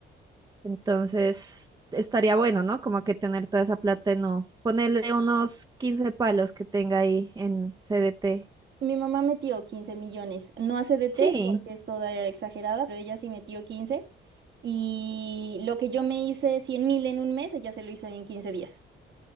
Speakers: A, on the right; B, on the right.
A: Entonces, estaría bueno, ¿no? Como que tener toda esa plata en no. Ponerle unos 15 palos que tenga ahí en CDT.
B: Mi mamá metió 15 millones, no a CDT
A: Sí.
B: porque es toda exagerada, pero ella sí metió 15 y lo que yo me hice cien mil en un mes, ella se lo hizo en 15 días,